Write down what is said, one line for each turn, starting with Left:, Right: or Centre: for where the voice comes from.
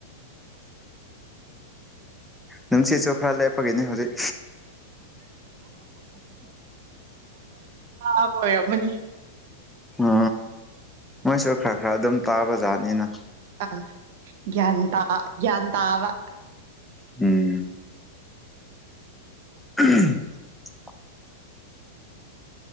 Centre: ꯅꯨꯡꯁꯤꯠꯁꯨ ꯈꯔ ꯂꯦꯞꯄꯒꯤꯅꯦ ꯍꯧꯖꯤꯛ
Right: <unintelligible> ꯑꯣꯏꯔꯃꯅꯤ
Centre: ꯑ ꯃꯣꯏꯁꯨ ꯈꯔ ꯈꯔ ꯑꯗꯨꯝ ꯇꯥꯕꯖꯥꯠꯅꯤꯅ
Right: ꯑ ꯒ꯭ꯌꯥꯟ ꯇꯥ ꯒ꯭ꯌꯥꯟ ꯇꯥꯕ
Centre: ꯎꯝ <unintelligible>